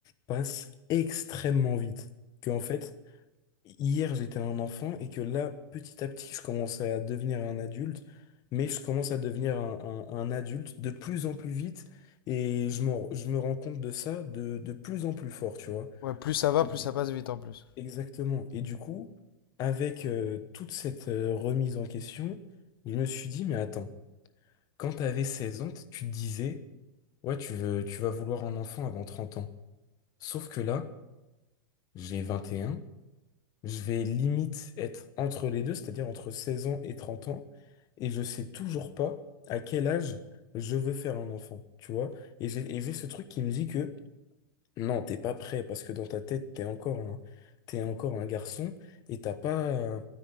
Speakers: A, on the left; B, on the left.
A: passe extrêmement vite. Que, en fait, Hier, j'étais un enfant et que là, petit à petit, je commençais à devenir un adulte, mais je commence à devenir un, un- un adulte de plus en plus vite et je me, je me rends compte de ça de, de plus en plus fort, tu vois.
B: Ouais, plus ça va,
A: Et
B: plus
A: du-
B: ça passe vite en plus.
A: exactement. Et du coup, avec euh, toute cette euh, remise en question, je me suis dit, mais attends, quand t'avais 16 ans, t- tu te disais, ouais, tu veux, tu vas vouloir un enfant avant 30 ans. Sauf que là, j'ai vingt et un Je vais limite être entre les deux, c'est-à-dire entre 16 ans et 30 ans, et je sais toujours pas à quel âge je veux faire un enfant, tu vois. Et j'ai et j'ai ce truc qui me dit que non, t'es pas prêt parce que dans ta tête, t'es encore un, t'es encore un garçon et t'as pas, euh,